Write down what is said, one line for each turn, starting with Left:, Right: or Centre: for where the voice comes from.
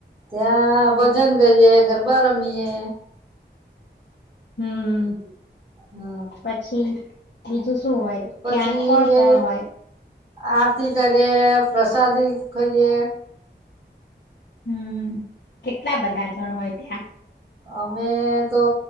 Right: ત્યાં ભજન કરીએ ગરબા રમીએ
Left: હમ
Right: હા
Left: પછી બીજું શું હોય
Right: પછી
Left: ક્યાં કોણ કોણ
Right: એ
Left: હોય
Right: આરતી કરીએ પ્રસાદી ખાઈએ
Left: હમ કેટલા બધા જણ હોય ત્યાં
Right: અમે તો